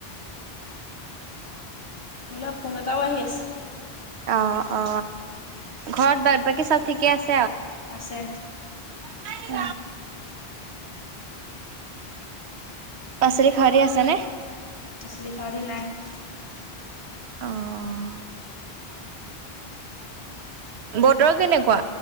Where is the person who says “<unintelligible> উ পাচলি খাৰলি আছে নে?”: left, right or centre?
Right